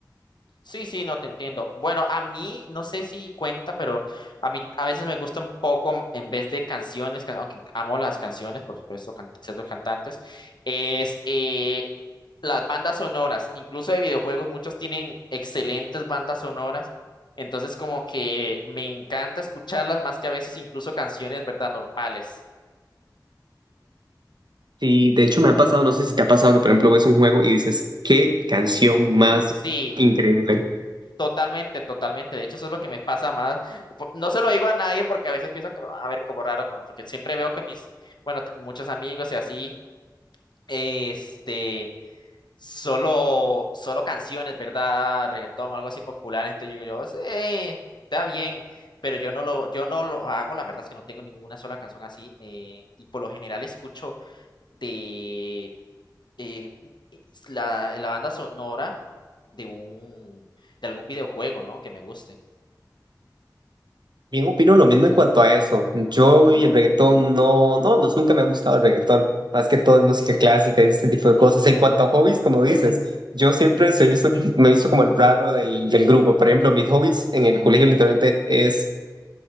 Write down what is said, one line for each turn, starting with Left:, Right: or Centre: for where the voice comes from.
Left: Sí, sí, no te entiendo. Bueno, a mí, no sé si cuenta, pero a mí a veces me gusta un poco, m- en vez de canciones, can- aunque amo las canciones, por supuesto, cant- ciertos cantantes, es eh, las bandas sonoras, incluso de videojuegos, muchos tienen excelentes bandas sonoras, entonces como que me encanta escucharlas más que a veces incluso canciones, ¿verdad? Normales.
Right: Y de hecho me ha pasado, no sé si te ha pasado que por ejemplo ves un juego y dices, qué canción más
Left: Sí.
Right: increíble.
Left: Totalmente, totalmente. De hecho, eso es lo que me pasa más. Po- No se lo digo a nadie porque a veces pienso que me van a ver como raro, como porque siempre veo que mis, bueno, t- muchos amigos y así, este, solo, solo canciones, ¿verdad? Reggaetón o algo así popular. Entonces digo yo, sí, está bien, pero yo no lo, yo no lo hago. La verdad es que no tengo ninguna sola canción así. eh, y por lo general escucho de eh, la, la banda sonora de un, de algún videojuego, ¿no? Que me guste.
Right: Bien opino lo mismo en cuanto a eso. Yo y el reggaetón no, no, pues nunca me ha gustado el reggaetón. Más que todo es música clásica y este tipo de cosas. En cuanto a hobbies, como dices, yo siempre se hizo- me hizo como el raro del, del grupo. Por ejemplo, mis hobbies en el colegio literalmente es